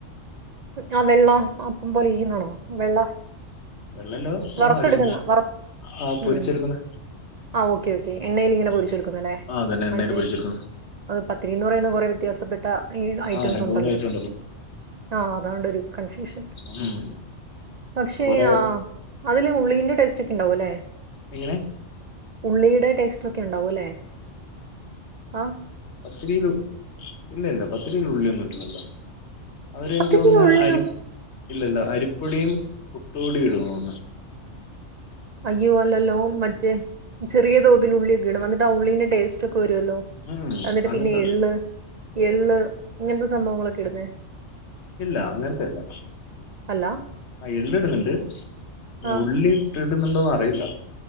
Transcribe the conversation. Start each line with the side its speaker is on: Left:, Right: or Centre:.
Right: ആ വെള്ള അപ്പം പോലെയിരിക്കന്നാണോ? വെള്ള
Left: വെള്ളല്ലോ
Right: വറത്തെടുക്കുന്ന
Left: ആ ഒരു മഞ്ഞ
Right: വറ
Left: ആ
Right: മ്
Left: പൊരിച്ചെടുക്കുന്ന
Right: ആ ഓക്കേ ഓക്കേ എണ്ണയിൽ ഇങ്ങനെ
Left: ഉം.
Right: പൊരിച്ചെടുക്കുന്നല്ലേ
Left: ആ അതന്നെ എണ്ണയിൽ
Right: മറ്റേ
Left: പൊരിച്ചെടുക്കുന്ന
Right: പത്തിരിന്ന് പറയുന്നെ കൊറെ വ്യത്യാസപ്പെട്ട ഈ ഐറ്റംസ്
Left: ആ രണ്ട്
Right: ഉണ്ടല്ലോ
Left: മൂന്ന് ഐറ്റം
Right: ആ അതോണ്ടൊരു കൺഫ്യൂഷൻ.
Left: ഉം
Right: പക്ഷേ
Left: കൊറേ
Right: ആ അതില് ഉള്ളീന്റെ ടേസ്റ്റൊക്കെണ്ട് ഓലെ
Left: എങ്ങനെ
Right: ഉള്ളീടെ ടെസ്റ്റ് ഒക്കെ ഉണ്ടാവുംല്ലേ ആ
Left: പത്തിരിൽ ഇല്ല ഇല്ല പത്തിരിൽ ഉള്ളിയൊന്നും ഇടില്ലല്ലോ. അവരെ
Right: പത്തിരിക്ക്
Left: എനിക്ക് തോന്നുന്ന
Right: ഉള്ളിയോ
Left: അരി ഇല്ലല്ല അരി അരിപ്പൊടിയും പുട്ടുപൊടിയും ഇടുന്ന തോന്നുന്നേ
Right: അയ്യോ അല്ലല്ലോ മറ്റേ ചെറിയ തോതിൽ ഉള്ളിയക്കെ ഇടും അന്നിട്ട് ട്ട ഉള്ളീൻ്റെ ടേസ്റ്റൊക്കെ വരുവല്ലോ
Left: ഉം
Right: എന്നിട്ട്
Left: അങ്ങനത്തെ
Right: പിന്നെ എള്ള് എള്ള് ഇങ്ങനത്തെ സംഭവങ്ങളൊക്കെ ഇടുന്നേ
Left: ഇല്ല അങ്ങനത്തെ അല്ല
Right: അല്ല
Left: ആ എള്ളിടുന്നുണ്ട് അല്ല
Right: ആഹ്
Left: ഉള്ളിട്ട് ടുന്നുണ്ടോന്ന് അറിയില്ല.